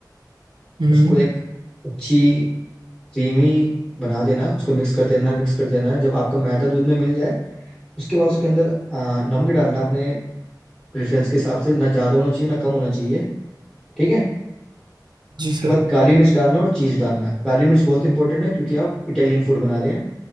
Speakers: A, on the right; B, in the centre.
A: हम्म
B: उसको एक अच्छी क्रीमी बना देना उसको मिक्स करते रहना मिक्स करते रहना जब आपका मैदा दूध में मिल जाए उसके बाद उसके अंदर आ, नमक डालना अपने प्रेफरेंस के हिसाब से ना ज़्यादा होना चाहिए ना कम होना चाहिए ठीक है
A: जी
B: उसके
A: सर
B: बाद काली मिर्च डालना और चीज़ डालना काली मिर्च बहुत इंपॉर्टेंट है क्योंकि आप इटालियन फूड बना रहे हैं